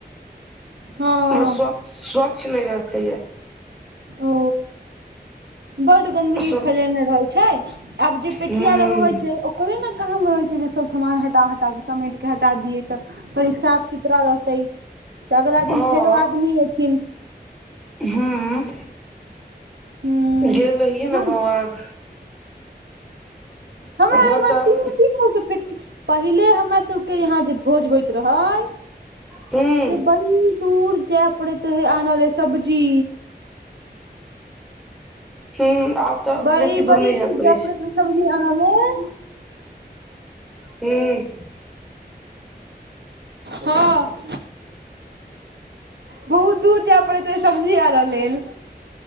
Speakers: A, on the right; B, in the centre.
A: हँ
B: बस स्व स्वच्छ नहि रखै य
A: ओ बड्ड गन्दगी
B: सब
A: फैलेने रहैत छै आब जे
B: हूँ
A: पेठिया लगबै छै ओ ओकरे न काम रहै छै जे सब समान हटा हटा समेट कऽ हटा दियै तऽ कनी साफ सुथरा रहतै तऽ अगला
B: हँ
A: दिन फेरो आदमी एथिन
B: हूँ
A: हूँ
B: गेल रहियै
A: तहन
B: ने हम अर
A: हमरा
B: उधर
A: इम्हर
B: तऽ
A: तीन तीन गो केँ फेठी पहिले हमरा सबकेँ यहाँ जे भोज होइत रहै
B: हूँ
A: से बड़ी दूर जाय परैत रहै आनऽ लऽ सब्जी
B: हूँ आब तऽ
A: बई
B: बेसी
A: बड़ी
B: नहि
A: दूर
B: पड़ै
A: जाय परैत
B: छै
A: रहै सब्जी आनऽ लेल
B: हूँ
A: हँ बहुत दूर जाय पड़ैत रहै सब्जी आनऽ लेल